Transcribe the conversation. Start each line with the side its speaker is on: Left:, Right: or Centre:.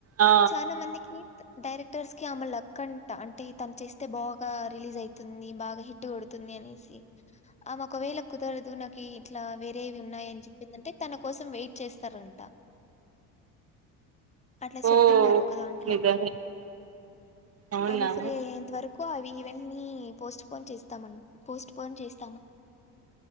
Right: ఆ
Left: చాలా మందికి డైరెక్టర్స్ కి ఆమె లక్ అంట అంటే తను చేస్తే బాగా రిలీజ్ అవుతుంది బాగా హిట్ కొడుతు తుంది అనేసి ఆమె ఒకవేళ కుదరదు నాకి ఇట్లా వేరేవి ఉన్నాయిని చెప్పిందంటే తన కోసం వెయిట్ చేస్తారంట అట్లా
Right: ఓ
Left: చెప్పిన్నారు ఒక దాంట్లో
Right: నిజమే అవునా
Left: అమె ఫ్రీ అయింతవరకు అ ఈ ఈవెంట్ నీ పోస్ట్ పోన్ చేస్తామం పోస్ట్ పోన్ చేస్త